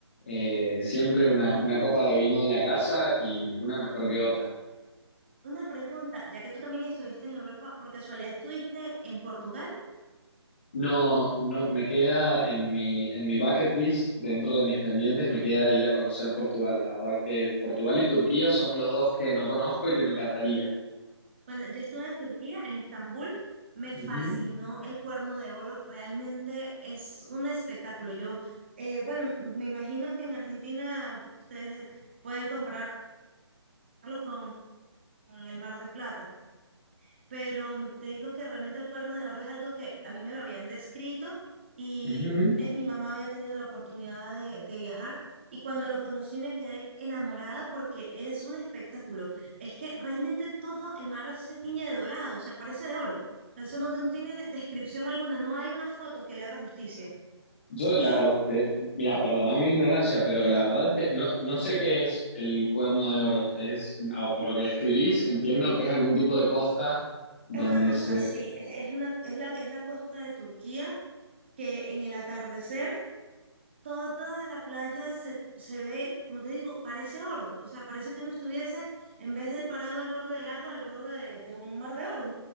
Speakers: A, on the left; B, on the right.
A: Eh, siempre una, una copa de vino de la casa y una mejor que otra.
B: Una pregunta, ya que tú también estuviste en Europa, ¿por casualidad estuviste en Portugal?
A: No, no, me queda en mi, en mi bucket list, dentro de mis pendientes, me queda ir a conocer Portugal. La verdad que Portugal y Turquía son los dos que no conozco y que me encantaría.
B: Bueno, yo estuve en Turquía, en Estambul, me fascinó
A: Ujú,
B: el Cuerno de Oro, realmente es un espectáculo. Yo, eh, bueno, me imagino que en Argentina ustedes pueden compararlo con el Mar de Plata pero mm, te digo que realmente el cuerno de oro es algo que a mí me lo habían descrito y
A: ujú.
B: eh, mi mamá había tenido la oportunidad de, de viajar y cuando lo conocí me quedé enamorada porque es un espectáculo. Es que realmente todo el mar se tiñe de dorado, o sea, parece de oro. Eso no, no tiene descripción alguna, no hay una foto que le haga justicia.
A: Yo,
B: Y
A: la verdad, te- mira, perdona mi ignorancia, pero
B: ajá,
A: la verdad es que no, no sé qué es el Cuerno de Oro. Es, ah, por lo que describís,
B: em,
A: entiendo que es algún tipo de costa donde
B: Es una costa,
A: se...
B: sí, es, es una, es la, es la costa de Turquía que en el atardecer toda la playa se, se ve, como te digo, parece oro. O sea, parece que uno estuviese, en vez de parado al borde del agua, al borde de, de un mar de oro.